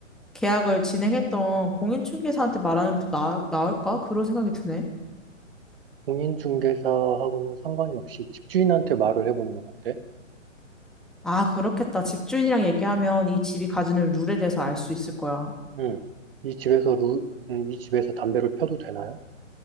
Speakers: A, in the centre; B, on the right.
A: 계약을 진행했던 공인중개사한테 말하는 게 더 나, 나을까? 그런 생각이 드네.
B: 공인중개사하고는 상관이 없이 집주인한테 말을 해보는 건 어때?
A: 아, 그렇겠다. 집주인이랑 얘기하면 이 집이 가지는 룰에 대해서 알 수 있을 거야.
B: 음, 이 집에서 루, 음, 이 집에서 담배를 펴도 되나요?